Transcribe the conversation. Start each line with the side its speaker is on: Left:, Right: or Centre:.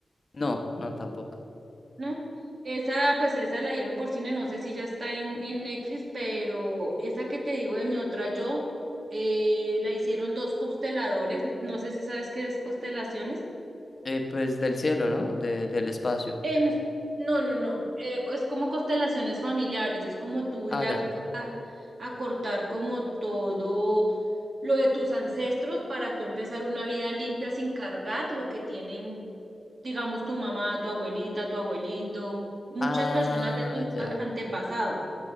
Left: No, no tampoco.
Right: ¿no? Esa, pues esa la dieron por cine, no sé si ya está en, en Netflix, pero esa que te digo de mi otra yo, eh, la hicieron dos consteladores, no sé si sabes qué es constelaciones.
Left: Eh, pues del cielo, ¿no? De, del espacio.
Right: En, no, no, no. eh, es como constelaciones familiares, es como tú
Left: Ah,
Right: ir
Left: ya.
Right: a, a- a cortar como todo lo de tus ancestros para tú empezar una vida limpia sin cargar lo que tienen, digamos, tu mamá, tu abuelita, tu abuelito, muchas
Left: Ah,
Right: personas de tus
Left: ya.
Right: antepasados.